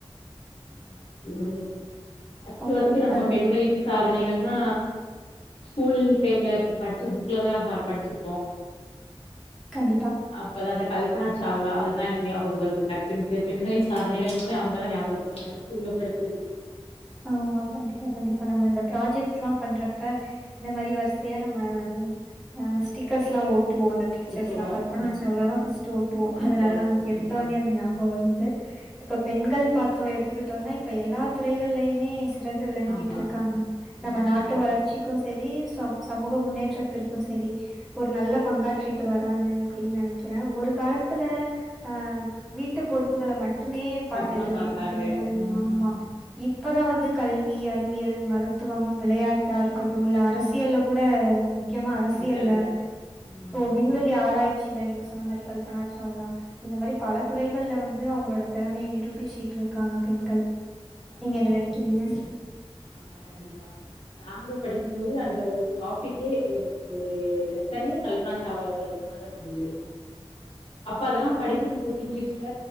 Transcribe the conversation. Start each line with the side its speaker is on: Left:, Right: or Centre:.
Left: <unintelligible> ஃபர்ஸ்ட்
Centre: ஓகே
Left: ஃபர்ஸ்ட்டு
Centre: இப்ப
Left: நம்ம பெண்களின் சாதனைகள்னா ஸ்கூல் டைம்ல படிச்ச புக்லதா ப படிச்சிருப்போ
Centre: கண்டிப்பா
Left: அப்பதா அந்த கல்பனா சாவ்லா அதுதா எனக்கு ஞாபகம் வருது டக்குன்னு பெ பெண்களின் சாதனைகள்னவுட்னே அவங்கதா ஞாபகத்துக்கு வராங்க இல்ல படித்ததில்ல
Centre: ஆமா கண்டிப்பா-கண்டிப்பா நம்ம இந்த ப்ராஜெக்ட்ஸ்லாம் பண்றப்ப இந்த மாரி வரிசையா நம்ம ஆஹ் ஸ்டிக்கர்ஸ்லா ஒ ட்டுவோ அந்த பிக்சர்ஸ்லா
Left: கட்டுவோ
Centre: கல்பான
Left: ஆ
Centre: சாவ்லாதா ஃபஸ்ட் ஓட்டுவோ
Left: ஃபஸ்ட்டு
Centre: அதனால
Left: வரு
Centre: நமக்கு எடுத்தவுட்னே
Left: ஆமா
Centre: அது ஞாபகோ வருது இப்ப பெண்கள் பாத் தோ எடுத்துக்கிட்டோன்னா இப்ப எல்லா துறைகள்லயுமே சிறந்து விளங்கிட்டு
Left: ஆமா
Centre: இருக்காங்க நம்ம
Left: ம்
Centre: நாட்டு வளர்ச்சிக்கும் செரி சமூ-சமூக முன்னேற்றத்திற்கும் செரி ஒரு நல்ல பங்காற்றிட்டு வராங்க அப்டின்னு நெனைக்கிறே ஒரு காலத்துல ஆ வீட்டு பொறுப்புகள மட் மட்டுமே பாத்துட்ருந்தாங்க
Left: மட்டுந்தா பாத்தாங்க
Centre: பெண்கள்
Left: ம்
Centre: ஆமா இப்பதா வந்து கல்வி அறிவியல் மருத்துவம் விளையாட்டா இருக்கட்டு இல்ல அரசு சியல்ல கூட முக்கியமா அரசியல்ல
Left: வந்துட்டாங்க ம்
Centre: தோ விண்வெளி ஆராய் சில நீங்க சொன்ன மாரி கல்பனா சாவ்லா இந்த மாரி பல துறைகள்ல வந்து அவங்களோட திறமையை நிரூபிச்சுட்டு இருக்காங்க பெண்கள்
Left: ஆமா
Centre: நீங்க என்ன நெனைக்கிறீங்க
Left: ஆமா கண்டிப்பா நாங்க படிக்கும் போது அந்த ஒரு டாப்பிக்கே ஒரு-ஒரு லெசனே கல்பனா சாவ்லாவோட னாதா இருந்தது அப்ப அதெல்லா படிக்கும்போது இங்கிலீஷ்ல